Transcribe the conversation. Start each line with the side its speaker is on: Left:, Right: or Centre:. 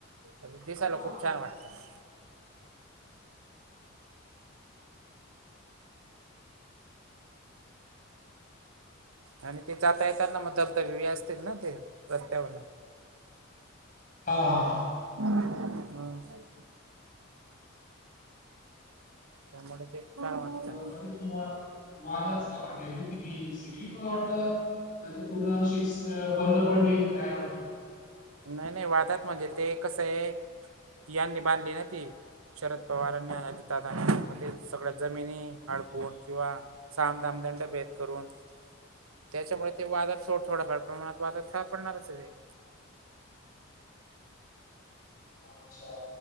Right: अ दिसायला
Left: हा हा
Right: खूप छान वाटतं. आणि ते जाता येताना मग धबधबे व असते ना ते रस्त्यावरन.
Left: हा हा हा.
Right: हा <unintelligible> त्यामुळे ते छान वाटतं.
Left: तु्हाला वादात सापड किती पण वाटलं <unintelligible> ते पूर्ण अ शिक्स बंद पडले का काय म्हटलं <unintelligible>
Right: नाही नाही वादात म्हणजे ते कसं आहे यांनी बांधली ना ती शरद पवारांनी अजित दादा मध्ये सगळ्या जमिनी हडपून किंवा सामधामदंड भेद करून त्यांच्यामुळे ते वादात थोडं थोड्याप्रमाणात वादात सापडणारच आहे ते.
Left: अच्छा